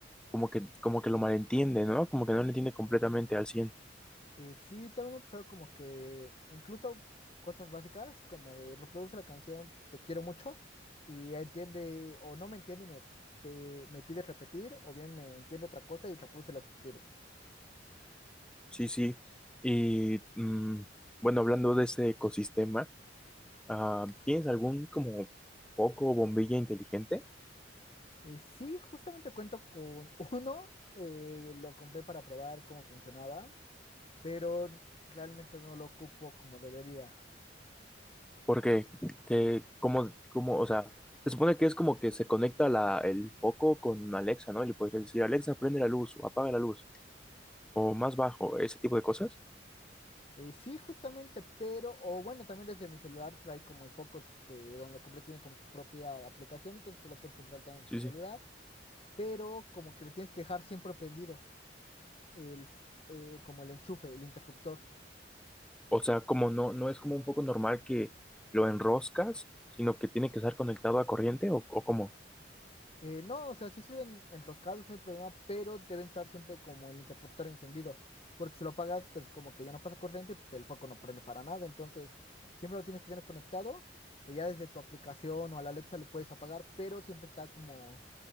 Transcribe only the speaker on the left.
Eh, sí, también he empezado como que incluso cosas básicas, como de reproduce la canción Te quiero mucho y entiende o no me entiende y me, pe- me pide repetir o bien me entiende otra cosa y reproduce lo que quiere.
Eh, sí, justamente cuento con <laughs> uno, eh, lo compré para probar cómo funcionaban pero realmente no lo ocupo como debería.
Eh, sí, justamente, pero, o bueno, también desde mi celular trae como el Focus de donde lo compré, tiene como su propia aplicación, entonces te lo puedes controlar también desde
el celular,
pero como que lo tienes que dejar siempre prendido, el, f- eh, como el enchufe, el interruptor.
Eh, no, o sea, sí sirven enroscados, no hay problema, pero deben estar siempre como el interruptor encendido, porque si lo apagas, pues como que ya no pasa corriente, pues el foco no prende para nada, entonces siempre lo tienes que tener conectado y ya desde tu aplicación o a la Alexa lo puedes apagar, pero siempre está como